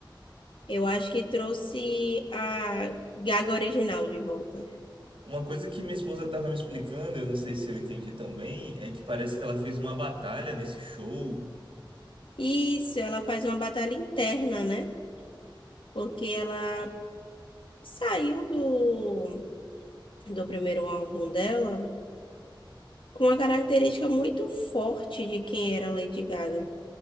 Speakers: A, on the left; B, on the right.
A: Eu acho que trouxe a Gaga original de volta.
B: Uma coisa que minha esposa estava me explicando, eu não sei se eu entendi tão bem, é que parece que ela fez uma batalha nesse show.
A: Isso, ela faz uma batalha interna, né? Porque ela saiu do, do primeiro álbum dela. com uma característica muito forte de quem era Lady Gaga.